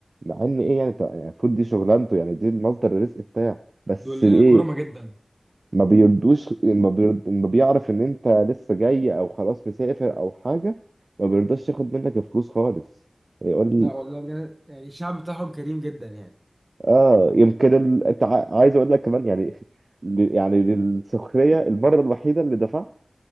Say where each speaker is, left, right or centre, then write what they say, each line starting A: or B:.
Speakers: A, on the right; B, on the right.
A: مع إن إيه يعني تا- يعني المفروض دي شغلانته يعني دي المصدر الرزق بتاعه بس
B: دول
A: إيه
B: كرمة جدا
A: ما بيردوش ما, بيرد ما بيعرف إن أنت لسه جاي أو خلاص مسافر أو حاجة ما بيرضاش ياخد منك الفلوس خالص يقول
B: لا والله بجد يعني الشعب بتاعهم كريم جدا يعني
A: آه يمكن ال... أنت ع- عايز أقول لك كمان يعني <laughs> ل- يعني للسخرية المرة الوحيدة اللي دفعت